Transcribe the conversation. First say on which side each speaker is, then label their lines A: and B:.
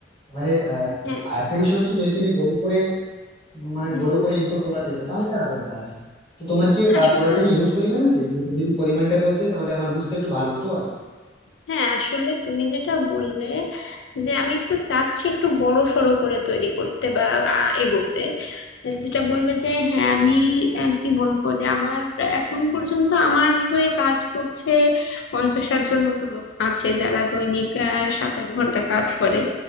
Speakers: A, on the left; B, on the left.
A: এবারে আহ
B: হ্যাঁ
A: আরেকটা বিষয় হচ্ছে যদি তুমি বড় করে মানে
B: হুম
A: বড় করে ইম্পোর্ট করাতে চাও তাহলে একটা আলাদা ব্যাপার আছে তো তোমার কি
B: আসলে
A: প্রোডাক্টটা কি হিউজ পরিমাণ আছে মানে তুমি যদি পরিমাণটা বলতে তাহলে আমার বুঝতে একটু ভালো হতো আর
B: হ্যাঁ আসলে তুমি যেটা বললে যে আমি একটু চাচ্ছি একটু বড় সড়ো করে তৈরি করতে বা আ, এগোতে যেটা বললে যে হ্যাঁ আমি আহ, কি বলবো যে আমার এখন পর্যন্ত আমার হয়ে কাজ করছে পঞ্চাশ ষাট জন মতো লোক আছে যারা দৈনিক আহ, সাত আট ঘন্টা কাজ করে